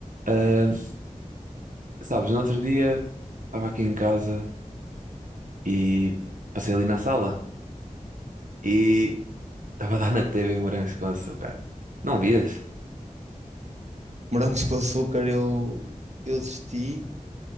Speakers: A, on the right; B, on the right.
A: Ah, sabes, no outro dia estava aqui em casa e passei ali na sala e estava a dar na TV Morangos com Açúcar. Não vias?
B: Morangos com açúcar, eu, eu assisti.